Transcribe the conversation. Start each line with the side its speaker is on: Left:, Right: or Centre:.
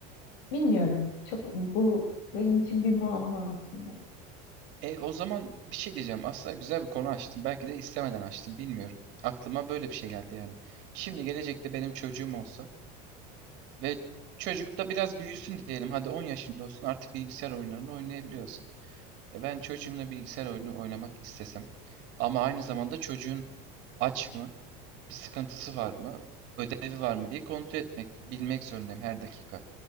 Left: bilmiyorum. Çok bu benim için bir muamma aslında.
Right: E o zaman bir şey diyeceğim. Aslında güzel bir konu açtım. Belki de istemeden açtım bilmiyorum. Aklıma böyle bir şey geldi yani. Şimdi gelecekte benim çocuğum olsa ve çocuk da biraz büyüsün diyelim. Hadi 10 yaşında olsun artık bilgisayar oyunlarını oynayabiliyorsun. E ben çocuğumla bilgisayar oyunu oynamak istesem ama aynı zamanda çocuğun aç mı? bir sıkıntısı var mı, ödevi var mı diye kontrol etmek, bilmek zorundayım her dakika.